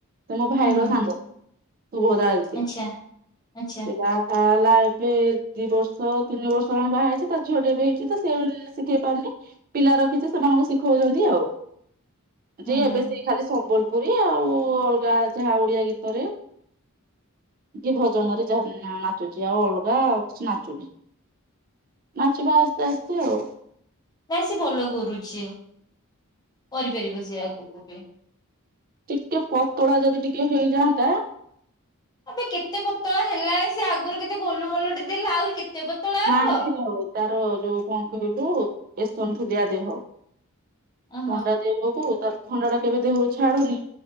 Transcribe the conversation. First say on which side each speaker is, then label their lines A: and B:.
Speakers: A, on the right; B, on the left.
A: ସେ ମୋ ଭାଇ
B: ହୁଁ
A: ର
B: ହୁଁ
A: ସାଙ୍ଗ
B: ହୁଁ
A: ଶୁଭଦା <unintelligible>
B: ଆଚ୍ଛା ଆଚ୍ଛା
A: ଆ ଲାଇଫ ଦି ବର୍ଷ ତିନି ବର୍ଷ ବାହା ହେଇଛି ତା ଝିଅ ଟ ଏବେ ହେଇଛି ତ ସେ ଶିଖେଇ ପାରୁନି ପିଲା ରଖିଛି ସେମାନଙ୍କୁ ଶିଖଉଛନ୍ତି ଆଉ ଯେ
B: ହୁଁ
A: ଏବେ
B: ହୁଁ ହୁଁ।
A: ସେ ଖାଲି ସମ୍ବଲପୁରୀ ଆଉ ଅଲଗା ଯାହା ଓଡିଆ ଗୀତରେ କି ଭଜନରେ ଯାହା ନା ନାଚୁଚି ଆଉ ଅଲଗା ଆଉ କିଛି ନାଚୁନି ନାଚିବା ଆସ୍ତେ ଆସ୍ତେ ଆଉ
B: ନାଇଁ ସେ ଭଲ କରୁଛି କରିପାରିବ ସେ ଆଗକୁ ବି
A: ଟିକେ ପତଳା ଯଦି ଟିକେ ହେଇଯାଆନ୍ତା
B: ଏବେ କେତେ ପତଳା ହେଲାଣି ସେ ଆଗରୁ କେତେ ଗୋଲ ଗୋଲଟେ ଦେଲା ଆହୁରି କେତେ ପତଳା ହବ।
A: ନାଇଁ ଆଉ ତାର ଯୋଉ କଣ କହିଲୁ ଏସନ ଫୁଲିଆ ଦେହ
B: ଓହୋ
A: ଥଣ୍ଡା ଦେହକୁ ତ ଥଣ୍ଡା ଟା କେବେ ଦେହରୁ ଛାଡୁନି